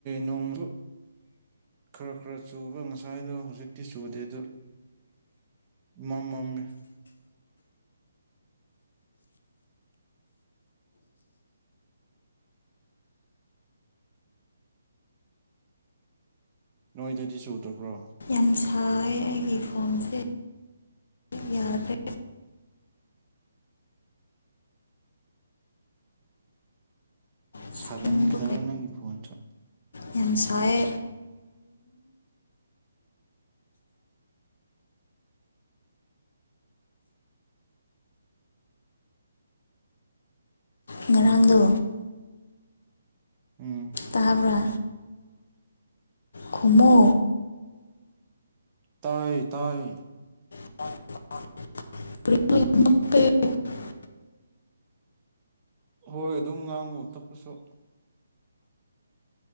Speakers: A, on the right (about 25°); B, on the left (about 65°).
A: ꯅꯣꯡꯁꯨ ꯈꯔ ꯈꯔ ꯆꯨꯕ ꯉꯁꯥꯏꯗꯣ ꯍꯧꯖꯤꯛꯇꯤ ꯆꯨꯗꯦ ꯑꯗꯨ ꯃꯝꯃꯝꯃꯤ ꯅꯣꯏꯗꯗꯤ ꯆꯨꯗꯕ꯭ꯔꯣ
B: ꯌꯥꯝ ꯁꯥꯏ ꯑꯩꯒꯤ ꯐꯣꯟꯁꯦ ꯌꯥꯗ꯭ꯔꯦ ꯏꯁꯀ꯭ꯔꯤꯟꯗꯣ
A: ꯁꯥꯒꯟꯈ꯭ꯔꯕ ꯅꯪꯒꯤ ꯐꯣꯟꯁꯨ
B: ꯌꯦꯟꯁꯥꯏ ꯉꯔꯥꯡꯗꯣ
A: ꯎꯝ
B: ꯇꯥꯕ꯭ꯔꯥ ꯈꯨꯝꯃꯣ
A: ꯇꯥꯏꯌꯦ ꯇꯥꯏ
B: <unintelligible>
A: ꯍꯣꯏ ꯑꯗꯨꯝ ꯉꯥꯡꯉꯨ ꯇꯞꯄꯁꯨ